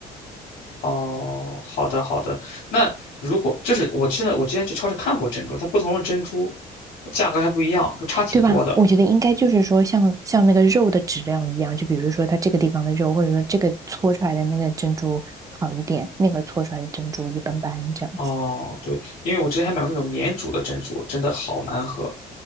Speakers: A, on the left; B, on the right.
A: 哦，好的好的，那如果就是我记得我之前去超市看过珍珠，它不同的珍珠价格还不一样，就差挺多的。
B: 对吧？我觉得应该就是说像像那个肉的质量一样，就比如说它这个地方的肉，或者说这个搓出来的那个珍珠好一点，那个搓出来的珍珠一般般，这样子，
A: 哦，对，因为我之前还买过那种免煮的珍珠，真的好难喝。